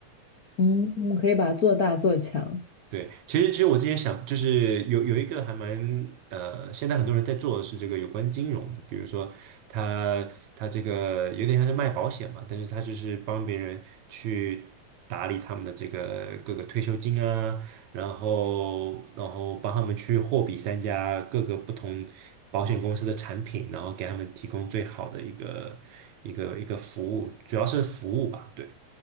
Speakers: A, on the left; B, on the right.
A: 嗯，我们可以把它做大做强。
B: 对，其实其实我之前想，就是有有一个还蛮呃，现在很多人在做的是这个有关金融的，比如说他他这个有点像是卖保险嘛，但是他就是帮别人去打理他们的这个各个退休金啊，然后然后帮他们去货比三家各个不同保险公司的产品，然后给他们提供最好的一个一个一个服务，主要是服务吧，对。